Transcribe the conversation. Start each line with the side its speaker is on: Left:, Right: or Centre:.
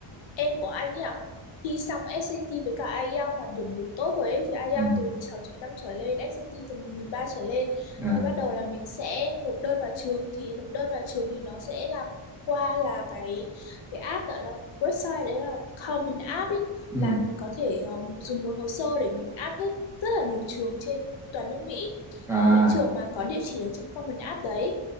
Left: em của anh ấy ạ thi xong SAT với cả IELTS mà điểm được tốt rồi ấy thì IELTS
Centre: ừ
Left: từ 6 năm trở lên SAT từ một nghìn ba trở lên
Centre: à
Left: thì bắt đầu là mình sẽ nộp đơn vào trường thì nộp đơn vào trường thì nó sẽ là qua là cái cái app gọi là website đấy là Common App ấy
Centre: ừ
Left: là mình có thể um, dùng một hồ sơ để mình áp hết rất là nhiều trường trên toàn nước Mỹ
Centre: à
Left: những cái trường mà có địa chỉ ở trong Common App đấy